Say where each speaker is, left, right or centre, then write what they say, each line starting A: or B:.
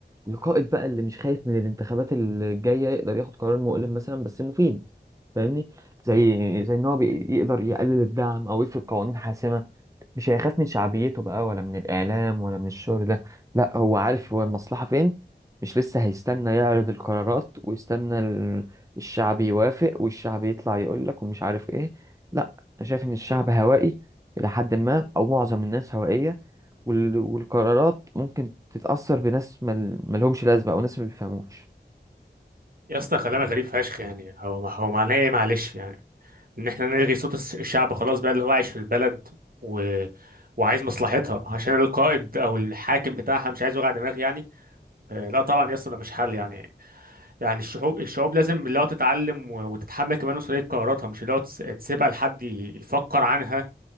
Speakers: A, on the right (about 15°); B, on the right (about 55°).
A: القائد بقى اللي مش خايف من الانتخابات الجاية يقدر ياخد قرار مؤلم مثلا بس مفيد فاهمني زي زي ان هو بي- يقدر يقلل الدعم او يفرض قوانين حاسمة مش هيخاف من شعبيته بقى ولا من الإعلام ولا من الشغل ده لا هو عارف هو المصلحة فين مش لسه هيستنى يعرض القرارات ويستنى ال- الشعب يوافق والشعب يطلع يقول لك ومش عارف ايه لا انا شايف ان الشعب هوائي الى حد ما او معظم الناس هوائية وال- والقرارات ممكن تتأثر بناس مل- ملهمش لازمة او ناس ما بيفهموش
B: يا اسطى كلامك غريب فشخ يعني هو هو معناه ايه معلش يعني ان احنا نلغي صوت الس- الشعب خلاص بقى اللي هو عايش في البلد و... وعايز مصلحتها عشان القائد او الحاكم بتاعها مش عايز وجع دماغ يعني آه، لا طبعا يا اسطى ده مش حل يعني يعني الشعوب الشعوب لازم اللي هو تتعلم و- وتتحمل كمان مسؤولية قراراتها مش اللي هو تس- تسيبها لحد يفكر عنها